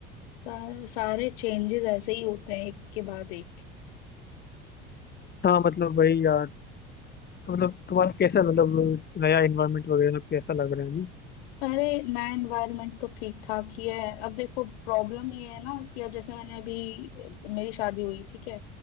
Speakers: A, on the left; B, on the left.
A: सा- सारे चेंजेस ऐसे ही होते हैं एक के बाद एक
B: हाँ मतलब भाई यार तो मतलब तुम्हारा कैसा मतलब नया इन्वायरमेंट वगैरह सब कैसा लग रहा है अभी?
A: अरे नया एनवायरनमेंट तो ठीक ठाक ही है अब देखो प्रॉब्लम ये है ना कि अब जैसे मैंने अभी मेरी शादी हुई ठीक है